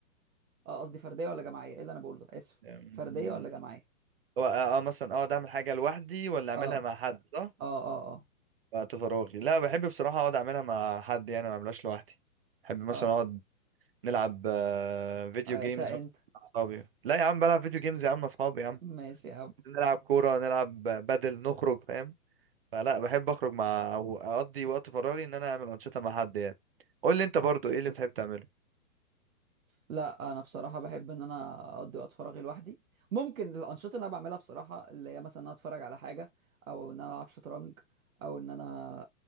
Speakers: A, on the right; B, on the right.
A: اه قصدي فرديه ولا جماعيه ايه اللي انا بقوله ده اسف
B: أمم،
A: فرديه ولا جماعيه
B: هو أه آه، مثلا أقعد أعمل حاجة لوحدي ولا أعملها
A: اه
B: مع حد صح؟
A: اه اه اه
B: وقت فراغي لا بحب بصراحة أقعد أعملها مع حد يعني ما أعملهاش لوحدي بحب مثلا
A: اه
B: أقعد نلعب آه، فيديو
A: آه،
B: جيمز
A: شاء
B: مع
A: انت
B: أصحابي لا يا عم بلعب فيديو جيمز يا عم مع أصحابي يا عم
A: ماشي يا عم
B: نلعب كورة نلعب بدل نخرج فاهم فلا بحب أخرج مع أو أقضي وقت فراغي إن أنا أعمل أنشطة مع حد يعني قول لي أنت برضو إيه اللي بتحب تعمله
A: لا انا بصراحه بحب ان انا اقضي وقت فراغي لوحدي ممكن الانشطه اللي انا بعملها بصراحه اللي هي مثلا ان انا اتفرج على حاجه او ان انا العب شطرنج او ان انا